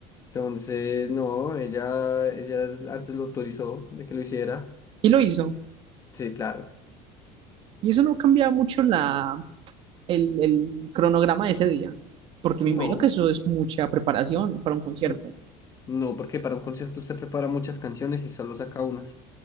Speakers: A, on the left; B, on the right.
A: Entonces, no, ella, ella antes lo autorizó de que lo hiciera.
B: Y lo hizo.
A: Sí, claro.
B: Y eso no cambia mucho la, el, el cronograma de ese día, porque me imagino
A: No,
B: que eso es mucha preparación para un concierto.
A: n- no, porque para un concierto usted prepara muchas canciones y solo saca unas.